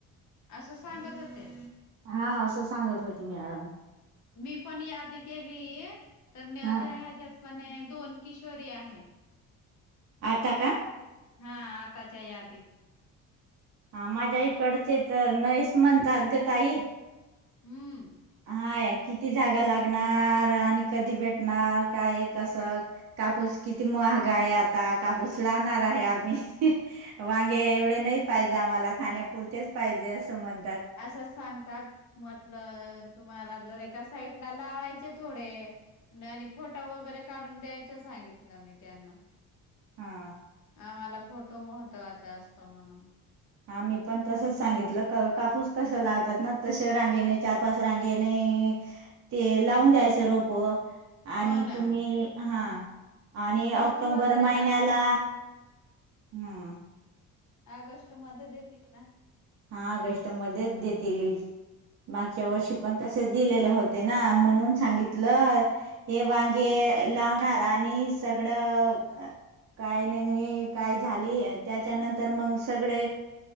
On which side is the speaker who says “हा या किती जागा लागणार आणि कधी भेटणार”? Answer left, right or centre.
Right